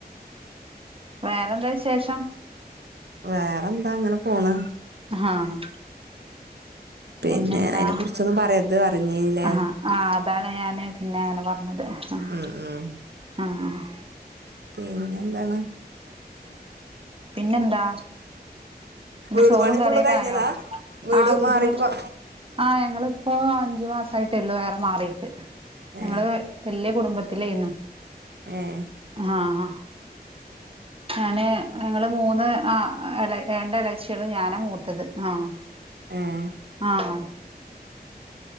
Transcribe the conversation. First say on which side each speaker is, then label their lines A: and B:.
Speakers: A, on the right; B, on the right.
A: വേറെന്താ വിശേഷം
B: വേറെന്താ ഇങ്ങനെ പോണ്
A: ആഹ്
B: പിന്നെ
A: പിന്നെന്താ
B: അയിനെ കുറിച്ചൊന്നും പറയാരത് പറഞ്ഞീല്ലേ
A: ആഹ് ആഹ് അതാണ് ഞാന് പിന്നെ അങ്ങനെ പറഞ്ഞത് ആഹ്
B: ഉം ഉം
A: ആഹ്
B: പിന്നെ എന്താണ്
A: പിന്നെ എന്താ ന്റെ
B: വീട്
A: ചോറും
B: പണി
A: കറിയൊക്കെ
B: ഫുള്ള് കഴിഞ്ഞതാ
A: ആയോ ആഹ് വീട്
B: മാറിട്ട്
A: പണ്
B: കൊ
A: ആഹ് ഞങ്ങളിപ്പോ അഞ്ച് മാസയിട്ടിള്ളു വേറെ മാറിട്ട്, ഞങ്ങള്
B: ഏഹ്
A: വല്ല്യ കുടുംബത്തിലേന്നു.
B: എഹ്
A: ആഹ് ആഹാ ഞാന് ഞങ്ങള് മൂന്ന് ആഹ് എളെ രണ്ട് എളച്ചികളും ഞാനാ മൂത്തത്, ആഹ്
B: എഹ്
A: ആഹ്